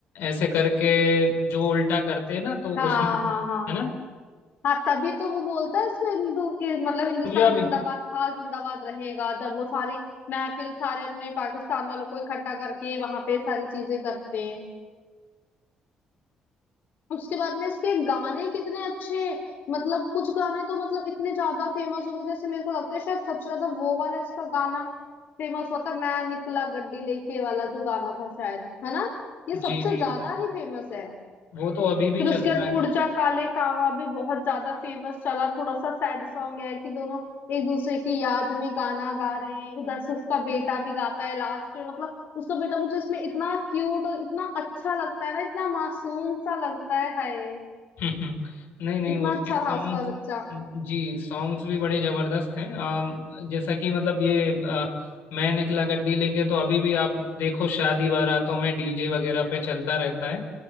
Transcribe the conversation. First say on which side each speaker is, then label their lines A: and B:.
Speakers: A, on the left; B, on the left.
A: ऐसे करके जो उल्टा करते हैं ना तो
B: हाँ
A: उसमें
B: हाँ हाँ
A: है ना
B: हाँ तभी तो वो बोलता है इसको हिंदू ये मतलब हिंदुस्तान
A: रुक जाओ अभी
B: जिंदाबाद था जिंदाबाद रहेगा जब वो सारी महफिल सारे अपने पाकिस्तान वालों को इकट्ठा करके वहां पे सारी चीजें करते हैं उसके बाद में इसके गाने कितने अच्छे मतलब कुछ गाने तो मतलब इतने ज्यादा फेमस हो गए जैसे मेरे को लगता है शायद सबसे ज्यादा वो वाला इसका गाना फेमस होता है मैं निकला गड्डी लेके वाला जो गाना था शायद है ना ये सबसे
A: जी जी
B: ज्यादा
A: जी
B: ही फेमस है
A: वो तो अभी भी
B: फिर
A: चल
B: उसके
A: रहा
B: बाद
A: है
B: उड़ जा काले कावां भी बहुत ज्यादा फेमस चला थोड़ा सा सैड सॉन्ग है कि दोनों एक दूसरे की याद में गाना गा रहे हैं उधर से उसका बेटा भी गाता है लास्ट में मतलब उसका बेटा मुझे इसमें इतना क्यूट और इतना अच्छा लगता है ना इतना मासूम सा लगता है हाय
A: हम्म, हम्म। नहीं नहीं
B: कितना
A: उसके
B: अच्छा
A: सॉन्ग्स
B: था उसका बच्चा
A: जी सॉन्ग्स भी बड़े जबरदस्त हैं आम, जैसा कि मतलब ये अ, मैं निकला गड्डी लेके तो अभी भी आप देखो शादी बारातों में डीजे वगैरह पे चलता रहता है